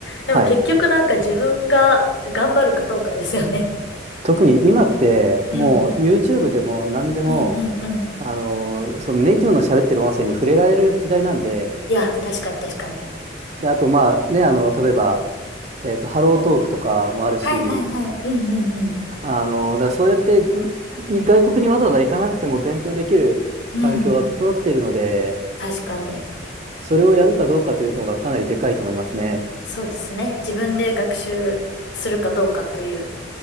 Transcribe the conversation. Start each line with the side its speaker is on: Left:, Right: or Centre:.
Left: でも結局なんか自分が頑張るかどうかですよね。
Right: はい。特に今って、
Left: うん。
Right: もう YouTube でも何でも、
Left: うんうんうん。
Right: あの、そのネイティブの喋ってる音声に触れられる時代なんで、
Left: いや、確かに確かに。
Right: で、あとまあね、あの、例えば、えっと、ハロートークとかもあるし、
Left: はいはいはい。うんうん
Right: あの、だからそうやってにに外国にわざわざ行かなくても勉強できる環境が整っているので、
Left: うん。うん。確かに。
Right: それをやるかどうかというのがかなりでかいと思いますね。
Left: そうですね。自分で学習するかどうかという。